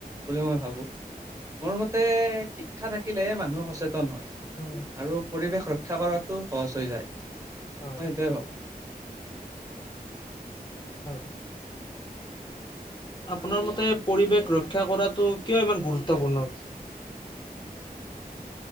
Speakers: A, on the right (about 20°); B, on the left (about 30°).
A: বুলি মই ভাবো। মোৰ মতে শিক্ষা থাকিলেহে মানুহ সচেতন হয়।
B: উম।
A: আৰু পৰিৱেশ ৰক্ষা কৰাতো সহজ হৈ যায় মই
B: হয়।
A: সেইটোয়ে ভাবো।
B: হয়। আপোনাৰ মতে পৰিৱেশ ৰক্ষা কৰাটো কিয় ইমান গুৰুত্বপূৰ্ণ?